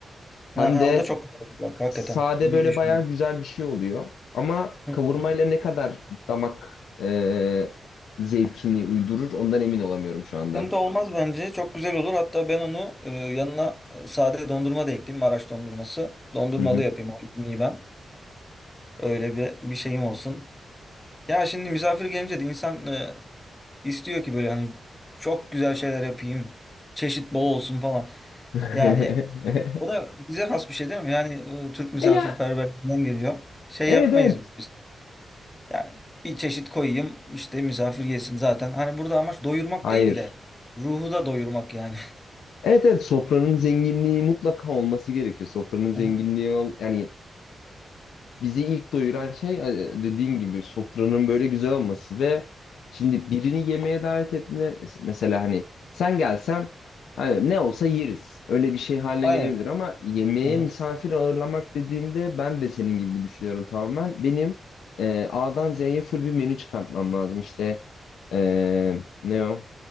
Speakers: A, on the left (about 20°); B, on the left (about 80°).
A: Ha,
B: hem de
A: o da çok güzel olur bak hakikaten.
B: sade
A: İyi
B: böyle
A: düşündüm.
B: bayağı güzel bir şey oluyor. Ama
A: Hı.
B: kavurmayla ne kadar damak e, zevkini uydurur ondan emin olamıyorum şu anda.
A: Sıkıntı olmaz bence. Çok güzel olur. Hatta ben onu e, yanına e, sade dondurma da ekleyeyim. Maraş dondurması. Dondurmalı
B: Hı hı.
A: yapayım. Onu iyi ben. Öyle bir bir şeyim olsun. Ya şimdi misafir gelince de insan e, istiyor ki böyle hani çok güzel şeyler yapayım. Çeşit bol olsun falan.
B: <laughs>
A: Yani o da bize has bir şey değil mi? Yani bu Türk misafirperverliğinden
B: E ya
A: geliyor. Şey
B: evet
A: yapmayız
B: evet.
A: biz. Yani bir çeşit koyayım işte misafir yesin zaten. Hani burada amaç doyurmak
B: Hayır.
A: değil de ruhu da doyurmak yani.
B: Evet evet sofranın zenginliği mutlaka olması gerekiyor. Sofranın zenginliği
A: <laughs> Hı hı.
B: ol- yani bizi ilk doyuran şey e, dediğin gibi sofranın böyle güzel olması ve şimdi birini yemeğe davet ettiğinde mes- mesela hani sen gelsen hani ne olsa yeriz. Öyle bir şey haline
A: Aynen.
B: gelebilir ama yemeğe
A: Hı hı.
B: misafir ağırlamak dediğinde ben de senin gibi düşünüyorum tamamen. Benim e, A'dan Z'ye full bir menü çıkartmam lazım. İşte e, ne o?